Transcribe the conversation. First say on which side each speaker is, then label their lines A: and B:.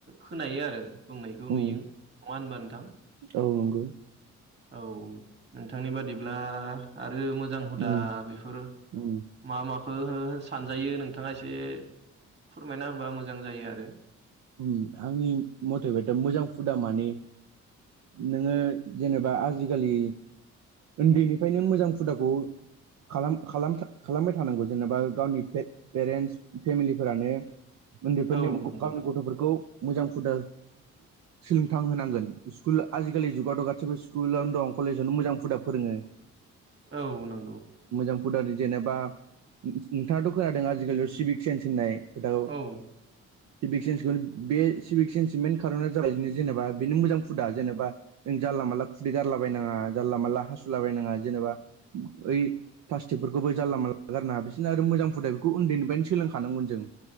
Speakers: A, on the right; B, on the right.
A: खोनायो आरो बुंनायखौ
B: उम
A: नुयो नङा होनबा नोंथां?
B: औ नंगौ।
A: औ नोंथांनि बादिब्ला आरो मोजां हुदा
B: उम
A: बेफोर
B: उम
A: मा माखौ सानजायो नोंथाङा एसे फोरमायना होबा मोजां जायो आरो
B: उम आंनि मथेबथ' मोजां फुदा माने नोङो जेनेबा आजिखालि उन्दैनिफ्रायनो मोजां हुदाखौ खालाम खालाम खालामबाय थानांगौ जेनेबा गावनि पेट पेरेन्टस फेमिलिफोरानो उन्दैफोरनि
A: औ नंगौ
B: गावनि गथ'फोरखौ मोजां हुदा सोलोंथां होनांगोन स्कुल आजिखालि जुगावथ' गासिबो स्कुलावनो दं कलेजावनो मोजां फुदा फोरङो
A: औ नंगौ।
B: मोजां फुदारि जेनेबा नोंथाङाथ' खोनादों आजिखालियाव सिभिक सेन्स होननाय गोदउ
A: औ
B: सिभिक सेन्सखौ बे सिभिक सेन्सनि मेन कार'ना जाबाय जेनेबा बेनो मोजां फुदा जेनेबा जानला मानला खुदै गारलाबायायनाङा जानला मानला हासुलाबायनाङा जेनेबा ओइ प्लास्टिकफोरखौबो जानला मानला गारनाङा बिसोरनो आरो मोजां फुदा बेखौ उन्दैनिफ्रायनो सोलोंखानांगोन जों।